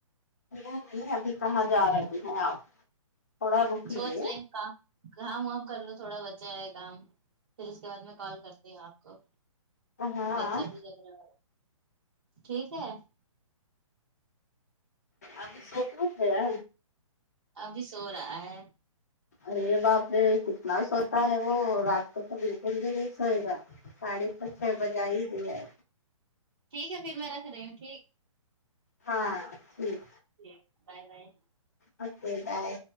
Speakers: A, on the left; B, on the right.
A: نہیں نہیں ابھی کہاں جا رہے ہیں آپ تھوڑا رکیے
B: سوچ رہے ہیں کام وام کر لو تھوڑا بچا ہے کام پھر اس کے بعد میں کال کرتی ہوں آپ کو
A: ہاں
B: بچہ بھی جگنے والا ٹھیک ہے
A: ابھی سو <unintelligible> ہے
B: ابھی سو رہا ہے
A: ارے باپ رے کتنا سوتا ہے وہ رات کو تو بالکل بھی نہیں سوئے گا ساڑی پے بجائی دی ہے
B: ٹھیک ہے پھر میں رکھ رہی ہوں ٹھیک
A: ہاں ٹھیک
B: ج بائے بائے
A: اوکے بائے